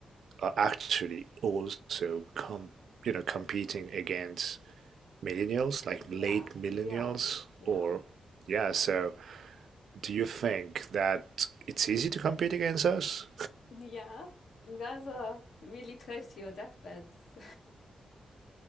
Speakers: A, on the right; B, on the left.
A: are actually also com- you know competing against millennials, like
B: Yeah,
A: late millennials,
B: we are. We
A: or
B: are.
A: yeah. So do you think that it's easy to compete against us?
B: Yeah. You guys are really close to your deathbeds.